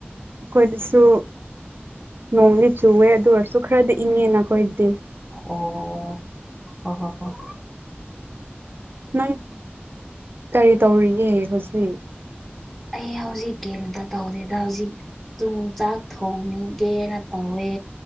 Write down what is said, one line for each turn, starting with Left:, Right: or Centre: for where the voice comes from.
Right: ꯑꯈꯣꯏꯗꯁꯨ ꯅꯣꯡꯗꯤ ꯆꯨꯋꯦ ꯑꯗꯨ ꯑꯣꯏ ꯆꯨꯈ꯭ꯔꯗꯤ ꯏꯪꯉꯦꯅ ꯑꯩꯈꯣꯏꯗꯤ
Centre: ꯑꯣ ꯍꯣ ꯍꯣ ꯍ‌ꯣ
Right: ꯅꯪ ꯀꯔꯤ ꯇꯧꯔꯤꯒꯦ ꯍꯧꯖꯤꯛ
Centre: ꯑꯩ ꯍꯧꯖꯤꯛ ꯀꯦꯝꯇ ꯇꯧꯗꯦꯗ ꯍꯧꯖꯤꯛ ꯇꯨꯝ ꯆꯥꯛ ꯊꯣꯡꯒꯦꯅ ꯇꯧꯋꯦ